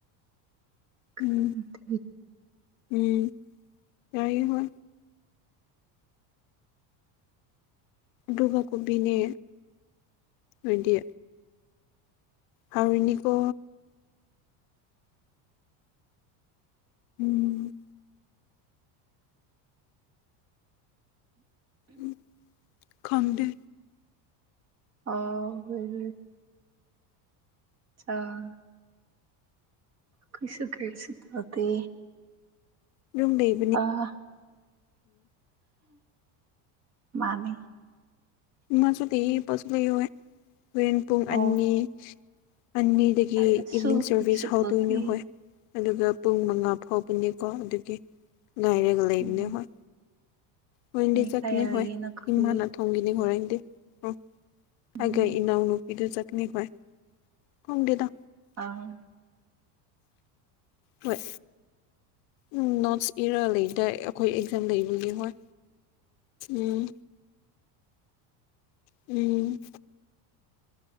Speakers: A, on the right (about 35°); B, on the left (about 70°).
A: ꯀ꯭ꯔꯥꯟꯇ
B: ꯎꯝ ꯎꯝ ꯌꯥꯏ ꯍ ꯒꯥ ꯀꯧꯕꯕꯤꯅꯦ ꯍꯥꯏꯗꯤ ꯍꯥꯎꯅꯤꯀꯣ ꯎꯝ ꯎ ꯈꯪꯗꯦ
A: ꯑ ꯍ ꯍ ꯑ ꯀꯣꯏꯁꯨ ꯀꯁꯨ ꯇꯗꯤ
B: ꯌꯅꯨꯡꯨꯝꯗꯩ
A: ꯑ ꯃꯥꯅꯤ
B: ꯃꯁꯨ ꯂꯩ ꯄꯁꯨꯨ ꯂꯩꯦ ꯣꯔꯦꯟ ꯄꯨꯡ
A: ꯑꯣ
B: ꯑꯅꯤ ꯑꯅꯤꯗꯒꯤ
A: ꯑꯩꯁꯨ
B: ꯏꯚꯤꯅꯤꯡ ꯁꯔꯚꯤꯁ
A: ꯀꯩꯁꯨ
B: ꯍꯥꯎ
A: ꯇꯧꯗꯦ
B: ꯗꯨꯅꯤꯨ ꯍꯣꯏ ꯑꯗꯨꯒ ꯄꯨꯡ ꯃꯉꯥ ꯐꯥꯎꯕꯅꯦꯀꯣ ꯑꯗꯨꯒꯤ ꯉꯥꯏꯔꯒ ꯂꯩꯕꯅꯦ
A: ꯎꯝ
B: ꯍꯣꯏ ꯍꯟꯗꯤ
A: ꯃꯤ
B: ꯆꯇꯅꯦ
A: ꯀꯌꯥ ꯂꯩꯌꯦ
B: ꯍꯣꯏ
A: ꯅꯈꯣꯏ
B: ꯏꯃꯅ ꯊꯣꯡꯒꯤꯅꯤ ꯍꯣꯔꯦꯟꯗꯤ ꯎꯝ
A: ꯎꯝ
B: ꯑꯩꯈ ꯏꯅꯥꯎꯅꯨꯄꯤꯗꯨ ꯆꯠꯅꯤ ꯍꯣꯏ ꯀꯣꯡꯒꯦꯗ
A: ꯑ
B: ꯍꯣꯏ ꯎꯝ ꯅꯣꯠꯁ ꯏꯔ ꯂꯩꯗꯥ ꯑꯩꯈꯣꯏ ꯑꯦꯛꯖꯥꯝ ꯂꯩꯕꯒꯤ ꯍꯣꯏ ꯎꯝ ꯎꯝ